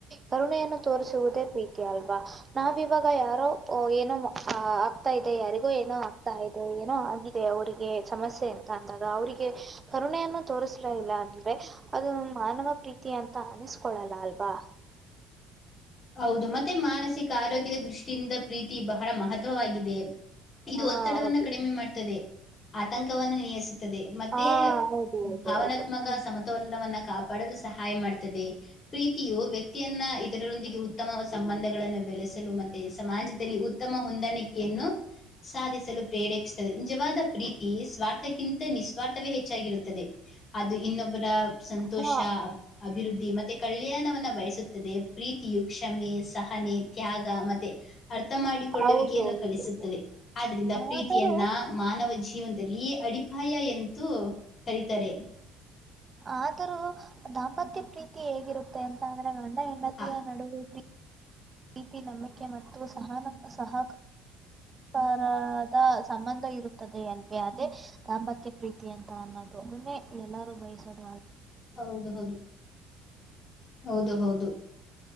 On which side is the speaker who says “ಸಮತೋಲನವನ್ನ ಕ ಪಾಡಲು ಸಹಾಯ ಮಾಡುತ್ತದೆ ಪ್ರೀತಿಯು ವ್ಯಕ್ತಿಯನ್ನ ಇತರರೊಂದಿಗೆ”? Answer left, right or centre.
Left